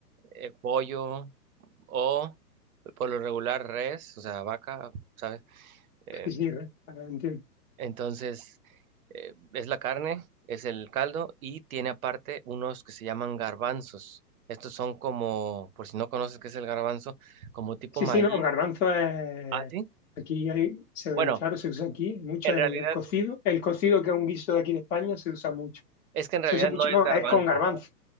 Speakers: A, on the right; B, on the left.
A: eh, pollo. o por lo regular res, o sea, vaca, ¿sabes? Eh,
B: Sí, sí, re- ahora entiendo.
A: entonces, eh, es la carne, es el caldo y tiene aparte unos que se llaman garbanzos. Estos son como, por si no conoces qué es el garbanzo, como tipo
B: Sí,
A: maíz.
B: sí, no, garbanzo es,
A: Ah, sí.
B: aquí hay, se,
A: Bueno,
B: claro, se usa aquí mucho
A: en
B: en
A: realidad,
B: el cocido. El cocido, que es un guiso de aquí de España, se usa mucho.
A: es que en
B: Se
A: realidad
B: usa mucho,
A: no es
B: no,
A: garbanzo.
B: es con garbanzo.